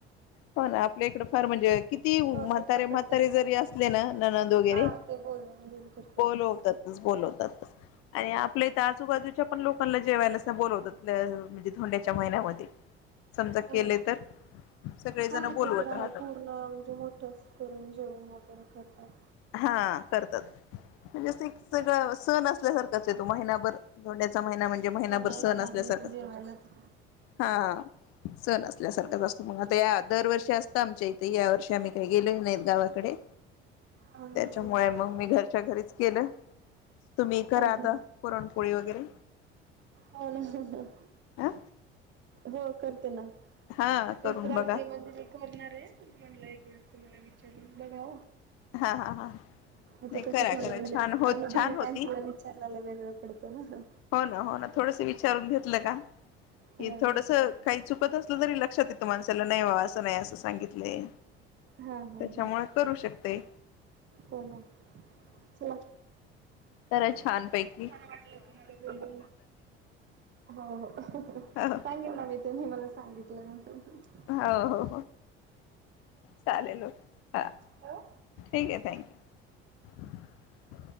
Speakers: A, on the left; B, on the right.
A: पण आपल्या इकडे फार म्हण म्हण किती म्हातारे
B: सगळीकडे
A: म्हातारे
B: तेच
A: जरी
B: असतं
A: असले ना ननंद वगैरे
B: हा ते बोलवून घेऊन करतातच
A: बोलवतातच बोलवतात. आणि आपल्या त्या आजूबाजूच्या पण लोकांना जेवायला अस बोलवतात त्या म्हणजे धोंड्याच्या महिन्यामध्ये समजा
B: हा
A: केले
B: ना.
A: तर सगळेजण
B: हा
A: बोलवत
B: ते तर
A: राहतात.
B: आहे पूर्ण म्हणजे मोठच करून जेवण वगैरे. करतात.
A: हा करतात म्हणजे सगळं सण असल्यासारखंच येतो महिनाभर धोडण्याचा महिना म्हणजे महिनाभर
B: हो ना
A: सण
B: इकडं
A: असल्यासारखाच
B: अस जाायचं जेवायला त
A: हा सण असल्यासारखाच असतो मग आता या दरवर्षी असतं आमच्या इथे या वर्षी आम्ही काही गेलेलो नाही गावाकडे
B: हो हो
A: त्याच्यामुळे मग मी घर घरच्या घरीच केलं तुम्ही करा आता
B: का
A: पुरण पोळी वगैरे
B: आवाज नीट ऐकू येत नाही
A: ह
B: हो करते ना
A: हा
B: तेच
A: करून
B: राहते
A: बघा
B: म्हणजे मी करणार आहे त म्हणलं एक वेळे तुम्हाला आवाज नीट ऐकू येत नाही
A: हा हा हा
B: आता
A: नाही
B: कस
A: करा
B: थोडं
A: करा
B: म्हणजे
A: छान होत
B: अनभूवी
A: छान होती
B: माणसाला विचारल्याला वेगळं पडतं ना
A: हो ना हो ना थोडंस विचारून घेतलं का कि
B: हो
A: थोडस
B: ना.
A: काही चुकत असलं तरी लक्षात येतं माणसाला नाही वा असं नाही असं सांगितले
B: हा हा
A: त्याच्यामुळे
B: हा
A: करू शकत ते
B: हो ना चला
A: जरा छानपैकी
B: वाटल तुम्हाला हो हो सांगेल
A: हो
B: ना मी तुम्ही मला सांगितलं न्हवत
A: हो चालेल हा
B: ठेवू?
A: ठीक आहे थँक यू